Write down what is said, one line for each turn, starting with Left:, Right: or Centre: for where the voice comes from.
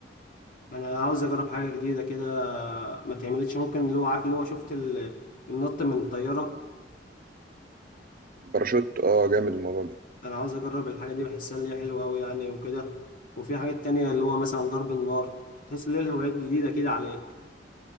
Left: يعني أنا عاوز أجرب حاجة جديدة كده ما تعملتش ممكن اللي هو عارف اللي هو شفت ال- النط من الطيارة
Right: باراشوت اه جامد الموضوع ده
Left: انا عاوز اجرب الحاجه دي بحسها اللي هي حلوه قوي يعني وكده وفي حاجات تانية اللي هو مثلا ضرب النار تحس ان هي الهوايات جديده كده عليك